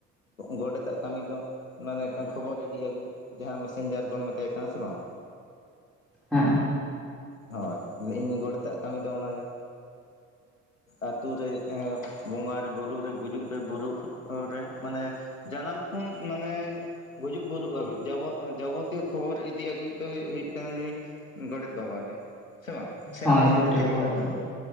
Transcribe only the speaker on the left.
ᱜᱚᱰᱮᱛᱟᱜ ᱠᱟᱹᱢᱤ ᱫᱚ ᱢᱟᱱᱮ ᱠᱷᱚᱵᱚᱨ ᱤᱫᱤ ᱟᱹᱜᱩ ᱡᱟᱦᱟᱸ ᱢᱮᱥᱮᱧᱡᱟᱨ ᱵᱚᱱ ᱢᱮᱛᱟᱭ ᱠᱟᱱᱟ ᱥᱮ ᱵᱟᱝ
ᱦᱳᱭ ᱤᱧ ᱜᱚᱰᱮᱛᱟᱜ ᱠᱟᱹᱢᱤ ᱫᱚ ᱚᱱᱟᱜᱮ ᱟᱛᱩ ᱨᱮ ᱵᱚᱸᱜᱟ ᱨᱮ ᱵᱩᱨᱩ ᱨᱮ ᱜᱩᱡᱩᱜ ᱨᱮ ᱵᱩᱨᱩᱜ ᱨᱮ ᱢᱟᱱᱮ ᱡᱟᱱᱟᱢ ᱠᱷᱚᱱ ᱢᱟᱱᱮ ᱜᱩᱡᱩᱜ ᱜᱩᱨᱩᱜ ᱦᱟᱵᱤᱡ ᱡᱟᱵᱚᱛᱤᱭᱚ ᱠᱷᱚᱵᱚᱨ ᱤᱫᱤ ᱤᱫᱤ ᱟᱹᱜᱩᱭ ᱫᱚ ᱦᱩᱭᱩᱜ ᱠᱟᱱᱟ ᱱᱩᱭ ᱜᱚᱰᱮᱛ ᱵᱟᱵᱟ ᱜᱮ ᱥᱮ ᱵᱟᱝ ᱥᱮ
ᱟᱯᱮ ᱥᱮᱱ
ᱫᱚ ᱪᱮᱫ ᱞᱮᱠᱟ
ᱜᱚᱝᱠᱮ